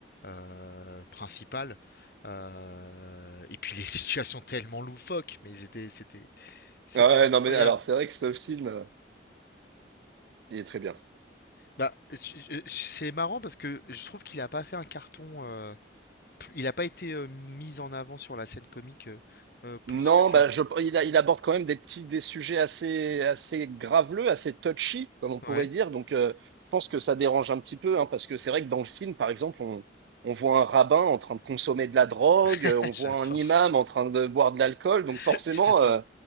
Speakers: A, on the left; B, on the right.
A: euh, principales, euh, et puis les <laughs> situations tellement loufoques, mais c'était, c'était, c'était
B: Ouais,
A: incroyable.
B: non, mais alors c'est vrai que ce film, euh, il est très bien.
A: Bah, je- je- c'est marrant parce que je trouve qu'il n'a pas fait un carton, euh, plus- il n'a pas été euh, mis en avant sur la scène comique euh, euh, plus
B: Non,
A: que ça.
B: bah, je, il, a- il aborde quand même des petits, des sujets assez, assez graveleux, assez touchy, comme on pourrait
A: Ouais,
B: dire. Donc, euh, je pense que ça dérange un petit peu, hein, parce que c'est vrai que dans le film, par exemple, on, on voit un rabbin en train de consommer de la drogue,
A: <laughs>
B: euh, on
A: j'adore,
B: voit un imam en train de boire de l'alcool. Donc,
A: <laughs>
B: forcément,
A: j'adore.
B: euh,